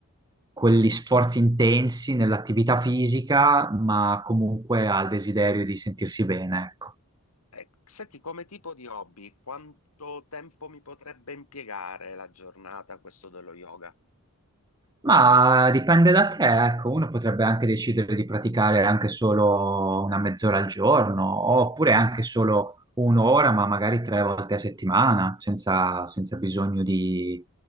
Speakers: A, on the right; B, on the left.
A: quegli sforzi intensi nell'attività
B: Ok.
A: fisica, ma comunque ha il desiderio di sentirsi bene, ecco.
B: Ecco, senti, come tipo di hobby, quanto tempo mi potrebbe impiegare la giornata questo dello yoga?
A: Ma dipende da te, ecco, uno potrebbe anche decidere di praticare anche solo una mezz'ora al giorno, oppure anche solo un'ora, ma magari tre volte a settimana, senza, senza bisogno di